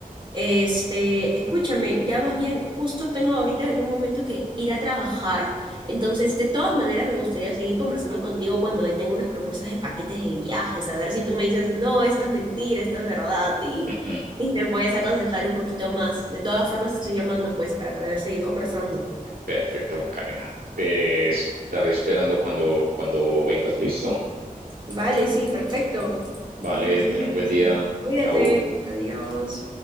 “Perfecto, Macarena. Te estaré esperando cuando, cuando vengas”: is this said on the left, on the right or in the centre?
Right